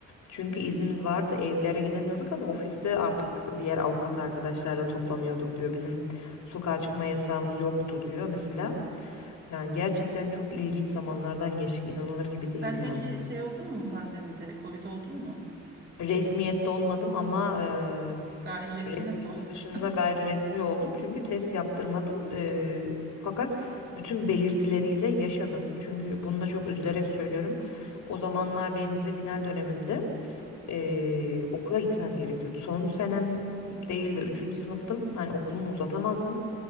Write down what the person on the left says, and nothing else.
Çünkü iznimiz vardı, evlere gidemiyorduk ama ofiste artık diğer avukat arkadaşlarla toplanıyorduk diyor. Bizim sokağa çıkma yasağımız yoktu diyor mesela. Yani gerçekten çok ilginç zamanlardan geçtik, inanılır gibi
değil yani.
Resmiyette olmadım ama eee
resmiyetin
dışında
gayri resmi oldum. Çünkü test yaptırmadım. Eee, fakat bütün belirtileriyle yaşadım. Çünkü bunu da çok üzülerek söylüyorum. O zamanlar benim vize final dönemimde eee, okula gitmem gerekiyordu. Son senem değil de üçüncü sınıftım. Yani okulumu uzatamazdım.